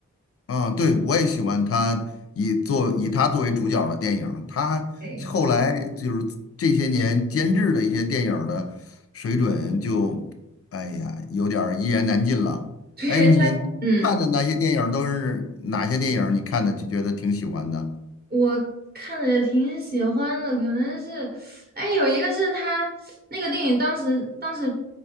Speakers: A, on the left (about 50°); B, on the right (about 30°).
A: 啊，对，我也喜欢他以作以他作为主角儿的电影儿他后来就是这些年监制的一些电影儿的水准就，
B: 对
A: 哎呀，有点儿一言难尽了。
B: <laughs> 对，
A: 哎，你看的那些电影儿都是哪些电影儿你看的就觉得挺喜欢的？
B: 他嗯，我看着也挺喜欢的，可能是，哎，有一个是他那个电影当时当时